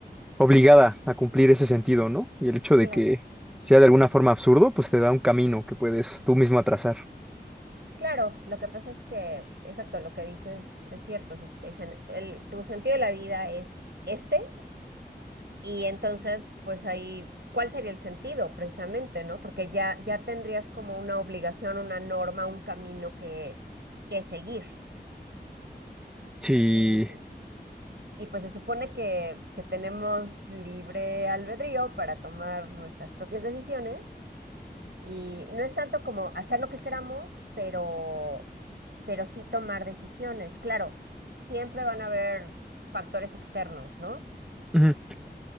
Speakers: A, in the centre; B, on the right.
A: obligada a cumplir ese sentido, ¿no? Y el hecho de
B: Claro,
A: que sea de alguna forma absurdo, pues te da un camino que puedes tú mismo trazar.
B: claro, lo que pasa es que, exacto, lo que dices es cierto, o sea, si te dicen, el, tu sentido de la vida es este, y entonces, pues ahí, ¿cuál sería el sentido precisamente, no? Porque ya, ya tendrías como una obligación, una norma, un camino que, que seguir.
A: Si
B: Y, y pues se supone que, que tenemos libre albedrío para tomar nuestras propias decisiones. Y no es tanto como hacer lo que queramos, pero, pero sí tomar decisiones. Claro, siempre van a haber factores externos, ¿no?
A: ujú,